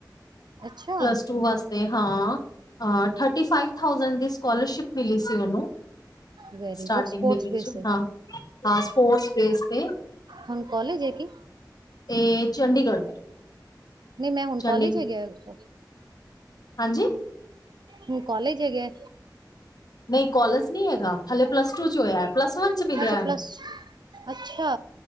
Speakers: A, on the right; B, on the left.
A: ਅੱਛਾ,
B: ਪੱਲਸ ਟੂ ਵਾਸਤੇ ਹਾਂ, ਹਾਂ ਥਟੀਫਾਇਫ ਥ‌ਊਜੰਡ ਦੀ ਸ਼ਿਪ ਮਿਲੀ ਸੀ ਓਨੂੰ।
A: ਵੈਰੀ
B: ਸਟਾਰਟਿੰਗ
A: ਗੁੱਡ ਸਪੋਰਟਸ
B: ਦੇ ਵਿੱਚ
A: ਬੇਸ ਏ।
B: ਹਾਂ, ਹਾਂ ਸਪੋਰਟਬੇਸ ਤੇ।
A: ਹੁਣ ਕੋਲਜ ਐ ਕੀ
B: ਏ ਚੰਡੀਗੜ੍ਹ।
A: ਨਈ ਮੈਂ ਹੁਣ
B: ਚੰਡੀਗੜ੍ਹ
A: ਕਾਲਜ ਹੈ ਗਿਆ ਓਰਕੋ।
B: ਹਾਂਜੀ
A: ਹੁਣ ਮ ਕੋਲਜ ਹੈਗਾ।
B: ਨਈ ਕੋਲਜ ਨੀ ਹੈਗਾ, ਹਲੇ ਪਲੱਸ ਟੂ 'ਚ ਹੋਇਆ। ਪਲੱਸ ਵਨ ਚ ਮਿਲਿਆ
A: ਅੱਛਾ ਪਲੱਸ-
B: ਉਹਨੂੰ
A: ਅੱਛਾ।